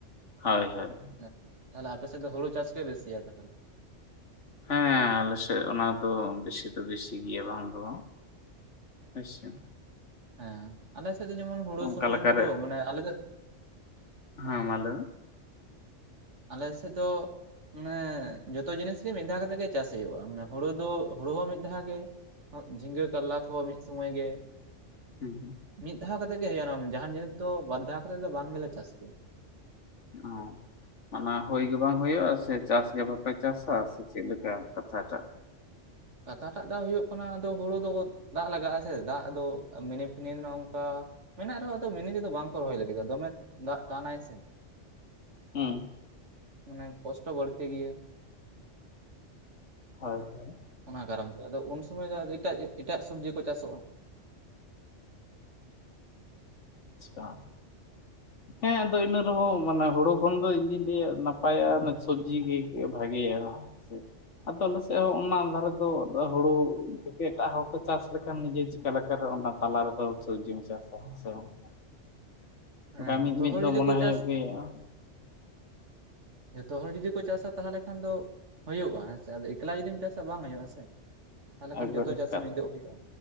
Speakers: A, on the left; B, on the right.
A: ᱦᱳᱭ ᱦᱳᱭ᱾
B: ᱦᱮᱸ ᱛᱟᱦᱮᱞᱮ ᱟᱯᱮ ᱥᱮᱫ ᱫᱚ ᱦᱩᱲᱩ ᱪᱟᱥ ᱜᱮ ᱵᱮᱥᱤᱭᱟ ᱛᱟᱦᱮᱞᱮ,
A: ᱦᱮᱸ ᱟᱞᱮᱥᱮᱫ ᱚᱱᱟ ᱫᱚ ᱵᱮᱥᱤ ᱫᱚ ᱵᱮᱥᱤ ᱜᱮᱭᱟ ᱵᱟᱝ ᱫᱚ, ᱟᱪᱪᱷᱟ,
B: ᱦᱮᱸ ᱟᱞᱮ ᱥᱮᱫ ᱫᱚ ᱡᱮᱢᱚᱱ ᱦᱩᱲᱳ
A: ᱚᱱᱠᱟ
B: ᱥᱚᱢᱚᱭ
A: ᱞᱮᱠᱟᱨᱮ
B: ᱦᱩᱲᱳ ᱢᱟᱱᱮ ᱟᱞᱮ ᱥᱮᱫ
A: ᱦᱮᱸ ᱢᱟᱹᱞᱟᱹ,
B: ᱟᱞᱮ ᱥᱮᱫ ᱫᱚ ᱢᱟᱱᱮᱻ ᱡᱚᱛᱚ ᱡᱤᱱᱤᱥ ᱜᱮ ᱢᱤᱫ ᱫᱷᱟᱣ ᱠᱟᱛᱮ ᱜᱮ ᱪᱟᱥ ᱦᱩᱭᱩᱜᱼᱟ ᱢᱟᱱᱮ ᱦᱩᱲᱩ ᱫᱚ ᱦᱩᱲᱩ ᱦᱚᱸ ᱢᱤᱫ ᱫᱷᱟᱣ ᱜᱮ। ᱦᱚᱫ, ᱡᱷᱤᱸᱜᱟᱹ ᱠᱟᱨᱞᱟ ᱠᱚᱦᱚᱸ ᱢᱤᱫ ᱥᱚᱢᱚᱭ ᱜᱮ।
A: ᱦᱮᱸ
B: ᱢᱤᱫ ᱫᱷᱟᱣ ᱠᱟᱛᱮᱜ ᱜᱮ ᱦᱩᱭᱩᱜᱼᱟ ᱚᱱᱟ ᱡᱟᱦᱟᱸᱱ ᱡᱤᱱᱤᱥ ᱛᱚ ᱵᱟᱨ ᱫᱷᱟᱣ ᱠᱟᱛᱮᱫ ᱫᱚ ᱵᱟᱝ ᱜᱮᱞᱮ ᱪᱟᱥ ᱜᱮ।
A: ᱟᱶ ᱚᱱᱟ ᱦᱩᱭ ᱜᱮ ᱵᱟᱝ ᱦᱩᱭᱩᱜᱼᱟ, ᱥᱮ ᱪᱟᱥ ᱜᱮ ᱵᱟᱯᱮ ᱪᱟᱥᱼᱟ ᱥᱮ ᱪᱮᱫ ᱞᱮᱠᱟ ᱠᱟᱛᱷᱟ ᱴᱟᱜ?
B: ᱠᱟᱛᱷᱟ ᱴᱟᱜ ᱫᱚ ᱫᱟᱜ ᱦᱩᱭᱩᱜ ᱠᱟᱱᱟ ᱟᱫᱚ ᱦᱩᱲᱳ ᱫᱚ ᱫᱟᱜ ᱞᱟᱜᱟᱜᱼᱟ ᱥᱮ ᱫᱟᱜ ᱫᱚ ᱢᱮᱱᱤ ᱯᱷᱤᱱᱤ <unintelligible> ᱚᱸᱠᱟ ᱢᱮᱱᱟᱜ ᱨᱮᱦᱚᱸ ᱟᱫᱚ ᱢᱤᱱᱤ ᱛᱮᱫᱚ ᱵᱟᱝ ᱠᱚ ᱨᱚᱦᱚᱭ ᱞᱟᱹᱜᱤᱫᱚᱜ ᱫᱚᱢᱮ ᱫᱟᱜ ᱴᱟᱱᱼᱟᱭ ᱥᱮ।
A: ᱦᱩᱸ
B: ᱢᱟᱱᱮ ᱠᱚᱥᱴᱚ ᱵᱟᱹᱲᱛᱤ ᱜᱮᱭᱟᱭ।
A: ᱦᱳᱭ ᱦᱳᱭ,
B: ᱚᱱᱟ ᱠᱟᱨᱚᱱ ᱛᱮ, ᱟᱫᱚ ᱩᱱ ᱥᱚᱢᱚᱭ ᱫᱚ ᱮᱴᱟᱜ ᱮ ᱮᱴᱟᱜ ᱥᱩᱵᱽᱡᱤ ᱠᱚ ᱪᱟᱥᱼᱚᱜᱼᱟ।
A: ᱟᱪᱪᱷᱟ, ᱦᱮᱸ ᱟᱫᱚ ᱤᱱᱟᱹ ᱨᱮᱦᱚᱸ ᱢᱟᱱᱮ ᱦᱩᱲᱩ ᱠᱷᱚᱱ ᱫᱚ ᱤᱧ ᱫᱩᱧ ᱞᱟᱹᱭᱼᱟ ᱱᱟᱯᱟᱭᱟ ᱥᱚᱵᱽᱡᱤ ᱜᱮ ᱵᱷᱟᱜᱮᱭᱟ, ᱦᱮᱸᱥᱮ! ᱟᱻᱫᱚ ᱟᱞᱮᱥᱮᱜ ᱦᱚᱸ ᱚᱱᱟ ᱫᱷᱟᱨᱟ ᱫᱚ ᱦᱩᱲᱩ ᱯᱮᱠᱮᱴᱟᱜ ᱦᱚᱸᱠᱚ ᱪᱟᱥ ᱞᱮᱠᱷᱟᱱ ᱱᱤᱡᱟᱹ ᱪᱮᱠᱟ ᱞᱮᱠᱟᱨᱮ ᱚᱱᱟ ᱛᱟᱞᱟ ᱨᱮᱫᱚ ᱥᱚᱵᱽ ᱡᱤᱢ ᱪᱟᱥᱼᱟ, ᱦᱮᱸᱥᱮ ᱵᱟᱝᱼ᱾
B: ᱦᱮᱸ
A: ᱜᱚᱴᱟᱭ
B: ᱡᱷᱚᱛᱚ
A: ᱢᱤᱫ ᱢᱤᱫ
B: ᱦᱚᱲ
A: ᱫᱚ
B: ᱡᱩᱫᱤ
A: ᱢᱚᱱᱮ
B: ᱠᱚ
A: ᱦᱩᱭᱩᱜ
B: ᱪᱟᱥ
A: ᱜᱮ ᱭᱟ,
B: ᱡᱷᱚᱛᱚ ᱦᱚᱲ ᱡᱩᱫᱤ ᱠᱚ ᱪᱟᱥᱼᱟ ᱛᱟᱦᱮᱞᱮ ᱠᱷᱟᱱ ᱫᱚ ᱦᱩᱭᱩᱜᱼᱟ ᱦᱮᱸᱥᱮ ᱟᱫᱚ ᱮᱠᱞᱟ ᱡᱩᱫᱤᱢ ᱪᱟᱥ ᱛᱚ ᱵᱟᱝ ᱦᱩᱭᱩᱜᱼᱟ, ᱥᱮ ᱛᱟᱦᱮᱞᱮ ᱠᱷᱟᱱ
A: ᱮᱠᱵᱟᱨᱮ
B: ᱡᱚᱛᱚ ᱪᱟᱹᱥᱤ
A: ᱦᱮᱸ
B: ᱢᱤᱫᱚᱜ ᱦᱩᱭᱩᱜᱼᱟ᱾